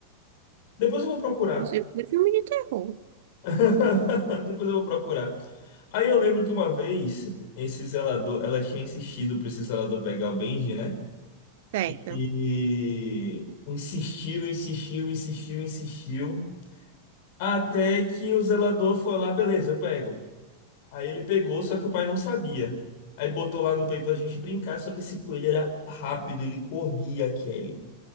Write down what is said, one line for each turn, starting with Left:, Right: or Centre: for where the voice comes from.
Left: Depois eu vou procurar.
Right: Inclusive, foi filme de terror,
Left: <laughs> Depois eu vou procurar. Aí eu lembro que uma vez, esse zelador, ela tinha insistido para esse zelador pegar o Benji, né?
Right: certo?
Left: E insistiu, insistiu, insistiu, insistiu. Até que o zelador foi lá, beleza, eu pego. Aí ele pegou, só que o pai não sabia. Aí botou lá no play pra gente brincar, só que esse coelho era rápido, ele corria, Kelly.